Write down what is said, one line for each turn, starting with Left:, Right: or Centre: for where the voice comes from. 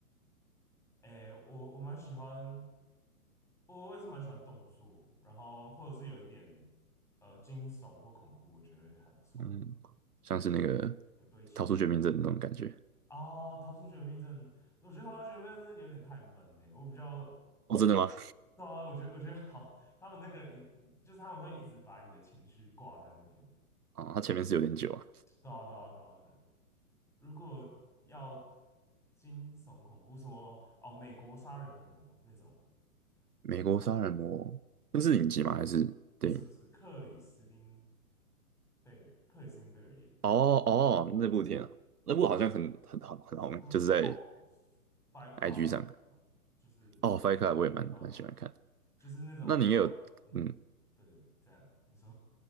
Centre: 哎，我我蛮喜欢，我我也是蛮喜欢动作，然后或者是有一点呃惊悚或恐怖，我觉得还不错，
Right: 嗯，像是那个
Centre: 就有有有有堆气氛
Right: 《逃出绝命镇》那种感觉。
Centre: 哦。逃出绝命镇，我觉得逃出绝命镇有点太闷呢，我比较
Right: 哦，真的吗？
Centre: 对啊，我觉得我觉得好，他们那个影就是他们会一直把你的情绪挂在那边。
Right: 啊、它前面是有点久啊。
Centre: 对啊，对啊，对啊。如果要惊悚恐怖，什么哦，美国杀人魔那种，
Right: 美国杀人魔，
Centre: 我觉得还
Right: 那是影集吗？还是电影？
Centre: 不是不是克里斯汀贝尔，克里斯汀贝尔演的，
Right: 哦哦，那部电影啊，那部好像很很很很红，
Centre: 我哦
Right: 就是在
Centre: ，Fight Club，
Right: IG 上。
Centre: 就是
Right: 哦，Fight Club 我也蛮蛮喜欢看的。
Centre: 啊对啊，就是那种比较嗯，
Right: 那你也有嗯，
Centre: 对，这样你说